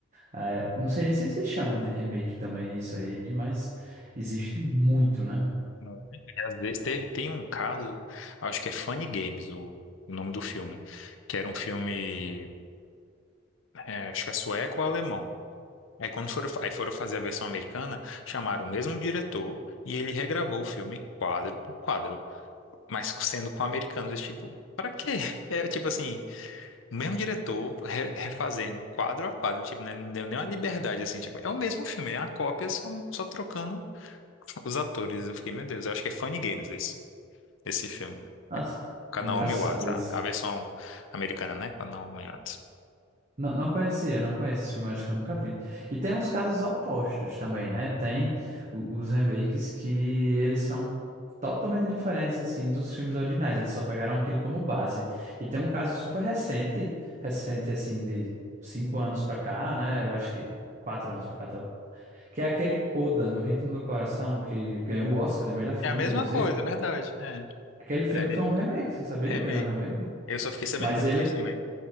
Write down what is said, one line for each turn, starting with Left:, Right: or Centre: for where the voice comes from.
Right: É, não sei nem se se chama de remake também isso aí, mas existe muito, né?
Left: Não. E às vezes teve- tem um caso, acho que é Funny Games o, o nome do filme, que era um filme, é, acho que é sueco ou alemão. Aí quando foram, fa- aí foram fazer a versão americana, chamaram o mesmo diretor e ele regravou o filme quadro por quadro, mas sendo com americanos, tipo, pra quê? <laughs> É tipo assim, o mesmo diretor re- refazendo quadro a quadro, tipo, né, não deu nem uma liberdade assim, tipo, é o mesmo filme, é uma cópia só, só trocando os atores. Eu fiquei, meu Deus, eu acho que é Funny Games esse, esse filme.
Right: Nossa,
Left: Com a
Right: engraçado
Left: Naomi Watts, a,
Right: isso.
Left: a versão americana, né? Com a Naomi Watts.
Right: Não, não conhecia, não conheço esse filme, acho que eu nunca vi. E tem uns casos opostos também, né? Tem o- os remakes que eles são totalmente diferentes, assim, dos filmes originais. Eles só pegaram aquilo como base. E tem um caso super recente, recente, assim, de cinco anos pra cá, né? Eu acho que quatro anos pra cá, tá? Que é aquele Coda, No Ritmo do Coração, que ganhou o Oscar de melhor filme,
Left: É a mesma
Right: inclusive.
Left: coisa, é verdade. É,
Right: Aquele filme
Left: É, re-
Right: foi um remake, você sabia
Left: remake.
Right: que ele é um remake?
Left: Eu só fiquei sabendo
Right: Mas
Left: depois
Right: ele
Left: também.